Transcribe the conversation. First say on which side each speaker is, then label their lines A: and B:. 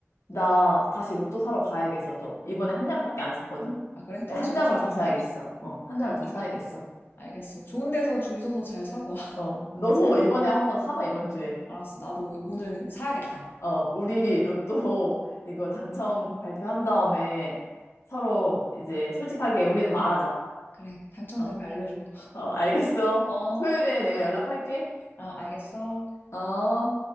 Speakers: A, on the left; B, on the left.
A: 나 다시 로또 사러 가야겠어, 또. 이번에 한 장밖에 안 샀거든?
B: 아, 그래?
A: 근데
B: 또
A: 한
B: 지금
A: 장을
B: 사러
A: 더
B: 가게?
A: 사야겠어. 어, 한
B: 그래,
A: 장을 더
B: 그래.
A: 사야겠어.
B: 알겠어. 좋은 데서 줄 서서 잘 사고 와. <laughs>
A: 어, 너도 이번에 한번 사봐, 이번 주에.
B: 알았어. 나도 오늘 사야겠다.
A: 어, 우리 로또 <laughs> 이거 당첨 발표한 다음에 서로 이제 솔직하게 우리는 말하자.
B: 그래. 당첨되면
A: 어,
B: 알려줘.
A: 어, 알겠어.
B: 어,
A: <laughs> 토요일에 내가 연락할게.
B: 아, 알겠어.
A: 어.